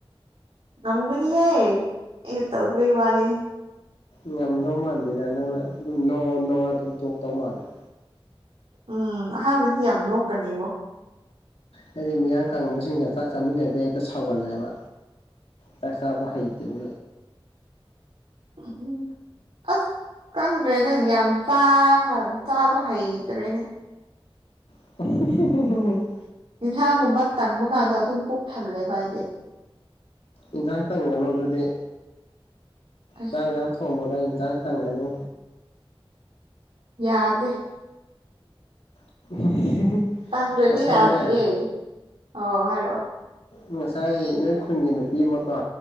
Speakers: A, on the right; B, on the left.
A: ꯉꯝꯒꯨꯅꯤ ꯍꯦꯏ ꯑꯩꯅꯥ ꯇꯧꯗꯕꯩ ꯋꯥꯅꯤ
B: ꯉꯝꯗꯧ ꯃꯥꯟꯗꯦꯗ ꯅꯪꯅ ꯑꯗꯨꯝ ꯅꯣꯛ ꯅꯣ ꯑꯗꯨꯝ ꯇꯣꯛꯇꯧ ꯃꯥꯜꯂꯦ
A: ꯎꯝ ꯑꯍꯥꯟꯕꯗꯤ ꯌꯥꯝ ꯅꯣꯛꯀꯅꯦꯕꯣ
B: ꯍꯥꯏꯗꯤ ꯃꯤꯌꯥꯡ ꯀꯪꯉꯤꯕꯁꯤꯡꯒ ꯆꯥꯛ ꯆꯥꯃꯤꯟꯅꯗꯤ ꯍꯦꯛꯇ ꯁꯥꯎꯒꯠꯂꯦꯕ ꯇꯁꯥꯕ ꯍꯥꯏꯩꯇꯕꯦ
A: <inaudible> ꯑꯁ ꯀꯪꯗ꯭ꯔꯦꯗ ꯌꯥꯝꯆꯥ ꯆꯥꯕ ꯍꯩꯇ꯭ꯔꯦꯅꯦ
B: <unintelligible>
A: ꯌꯦꯟꯁꯥꯡꯒꯨꯝꯕ ꯇꯪꯕ ꯀꯥꯟꯗꯣ ꯑꯗꯨꯝ ꯄꯨꯛ ꯊꯜꯂꯦꯕ ꯍꯥꯏꯗꯤ
B: ꯏꯪꯖꯥꯡ ꯇꯪꯒꯅꯣ ꯑꯗꯨꯗꯤ
A: ꯑꯁ
B: ꯆꯥꯛ ꯊꯣꯡꯃꯗ ꯏꯟꯖꯥꯡ ꯇꯪꯒꯅꯨ
A: ꯌꯥꯗꯦ
B: <unintelligible>
A: ꯇꯪꯗ꯭ꯔꯗꯤ
B: ꯉꯁꯥꯏꯅꯦ
A: ꯌꯥꯈꯤꯌꯦ ꯑꯣ ꯍꯥꯏꯔꯛꯑꯣ
B: ꯉꯁꯥꯏ ꯅꯣꯏ ꯈꯨꯟꯒꯤ ꯅꯨ ꯄꯤꯃꯣꯀꯣ